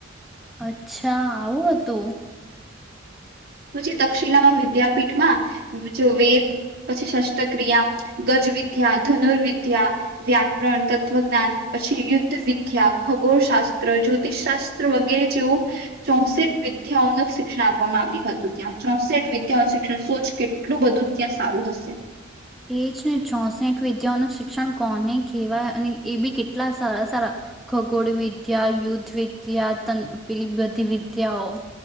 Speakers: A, in the centre; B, on the right.
A: અચ્છા આવું હતું
B: હ પછી તક્ષિલામાં વિદ્યાપીઠમાં જો વેદ પછી શસ્ત્રક્રિયા ગજવિદ્યા ધનુર્વિદ્યા વ્યાકરણ તત્ત્વજ્ઞાન પછી યુદ્ધ વિદ્યા ખગોળ શાસ્ત્ર જ્યોતિષશાસ્ત્ર વગેરે જેવું ચોસઠ વિદ્યાઓ શિક્ષણ આપવામાં આવ્યું હતું ત્યાં ચોસઠ વિદ્યાઓનું શિક્ષણ સો જ કેટલું બધું ત્યાં સારું હશે
A: એજને ચોસઠ વિદ્યાઓ ન શિક્ષણ કોને કહેવાય અને એ બી કેટલા સારા સારા ખગોળ વિદ્યા યુદ્ધ વિદ્યા તપ બધી વિદ્યાઓ